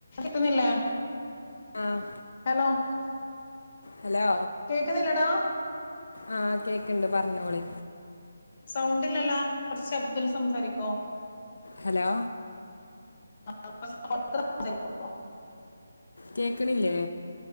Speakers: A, on the left (about 25°); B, on the left (about 80°).
A: കേക്കുന്നില്ലേ
B: ആഹ്
A: hello <unintelligible>
B: hello
A: കേക്കുന്നില്ലടാ
B: ആഹ് കേക്ക്ണ്ട് പറഞ്ഞോളി
A: സൗണ്ടില്ലല്ലോ കുറച്ച് ശബ്ദൽ സംസാരിക്കോ
B: ഹലോ
A: <unintelligible>
B: കേക്ക്ണില്ലേ